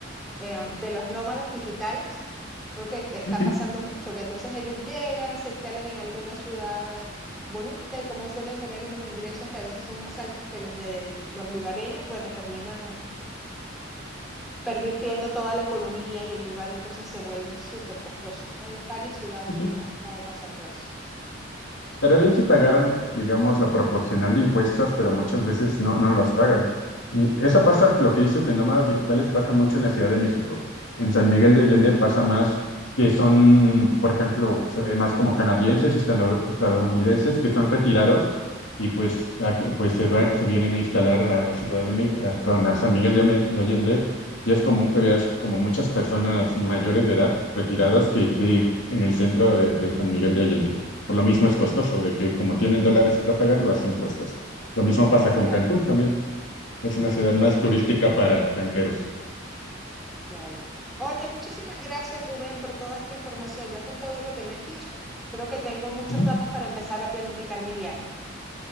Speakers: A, in the centre; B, on the left.
A: eh, de los nómadas digitales, creo que está
B: Sí, sí.
A: pasando mucho, que entonces ellos llegan, se instalan en alguna ciudad bonita y como suelen tener unos ingresos que a veces son más altos que los de los lugareños, bueno, terminan pervirtiendo toda la economía y el lugar entonces se vuelve súper costoso. Hay varias ciudades
B: sí,
A: que
B: sí.
A: les ha estado pasando eso.
B: Estaría bien si pagaran, digamos, la proporcional de impuestos, pero muchas veces no, no los pagan. Y eso pasa, lo que dices de nómadas digitales pasa mucho en la Ciudad de México. En San Miguel de Allende pasa más que son, por ejemplo, se ve más como canadienses y estano- estadounidenses que son retirados y pues, a que- pues se, va- se vienen a instalar a Ciudad de México, a San Miguel de, Ame- de Allende. Y es común que veas como muchas personas mayores de edad retiradas que, que en el centro de de San Miguel de Allende. Por lo mismo es costoso, de que como tienen dólares para pagar, lo hacen costos. Lo mismo pasa con
A: Claro,
B: Cancún también. Es una ciudad más turística para extranjeros.
A: claro. Oye, muchísimas gracias Rubén por toda esta información. Ya con todo lo que me has dicho, creo que tengo muchos
B: Ujú.
A: datos para empezar a planificar mi viaje.